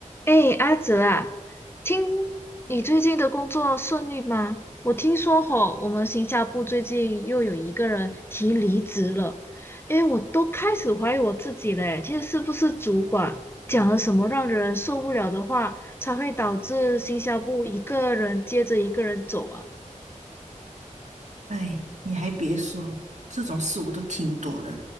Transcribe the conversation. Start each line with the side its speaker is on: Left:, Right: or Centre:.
Left: 哎，阿泽啊，听你最近的工作顺利吗？我听说吼，我们行销部最近又有一个人提离职了，哎，我都开始怀疑我自己嘞，其实是不是主管讲了什么让人受不了的话，才会导致行销部一个人接着一个人走啊？
Right: 哎，你还别说，这种事我都听多了。